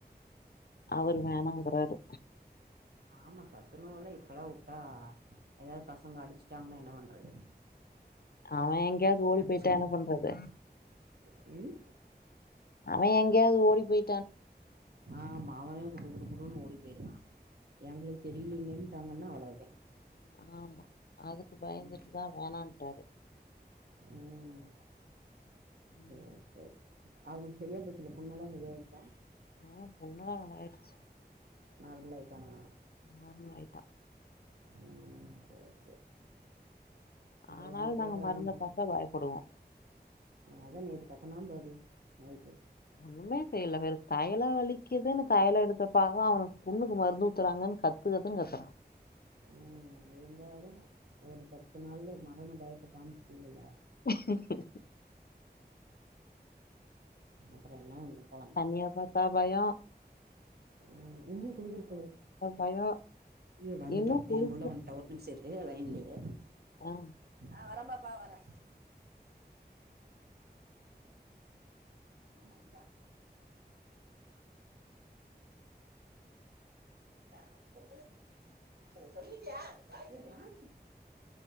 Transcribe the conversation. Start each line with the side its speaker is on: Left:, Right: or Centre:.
Left: அவரு
Right: ம்
Left: வேணாங்கறாரு
Right: ஆமா சத்துணோவுலா இப்ல்லா வுட்டா ஏதாவது பசங்க அடிச்சுட்டாங்கன்னா என்ன பண்றது
Left: அவே எங்கேயாவது ஓடி
Right: அடிச்சு
Left: போயிட்டா என்ன பண்றது
Right: ம்
Left: அவ எங்கயாவது ஓடி போயி
Right: ஆமா அவனே குடு குடு குடுனு ஓடி போயிருவா எங்களுக் தெரியலீங்க ட்டாங்கன்னா அவ்வளவுதே
Left: அனா ஆமா அதுக்கு பயந்துட்டுதா
Right: ம்
Left: வேணான்டாரு
Right: ம்
Left: ம்
Right: சரி சரி அவளுக்கு சரியா போச்சுல்ல புண்ணுல்லா சரிய ஆயிச்சா
Left: ஆ புண்ணுலா நல்லாயிருச்சு
Right: நார்மல் ஆயிட்டானா
Left: நார்மல் ஆயிட்டா
Right: ம் செரி செரி அப்புற
Left: ஆனாலு
Right: என்னய
Left: நாங்க
Right: கேக்குறனா
Left: மருந்த
Right: மறுவடி
Left: பாத்தா பயப்படுவோ
Right: அதா நேத்து கத்துனா பாரு நைட்டு
Left: ஒண்ணுமே செய்யல வேரு தலலா வலிகுதுனு தயல எடுத்தப்பாங்க அவனுக்கு புண்ணுக்கு மருந்து ஊத்துறாங்கனு கத் <unintelligible> கத்துறா
Right: ம் இருந்தாலு ஒரு பத்து நாள்ல மரண பயத்த காமிச்சுட்டீங்கல்ல
Left: ச <unintelligible>
Right: அப்பறோ என்ன கொழந்த
Left: தண்ணியா பாத்தா பய
Right: ம் இங்கேயு குளிரிறுக்கு
Left: பயோ
Right: இரு வந்துட்டா
Left: இன்னு புடி
Right: என் புள்ளவன்ட ஒரு நிமிச இரு லைன்ல இரு
Left: ஆ
Right: ஆ வரம்பப்பா வரே ஆமாான் <unintelligible> சொல்லிட்டியா ப சொல்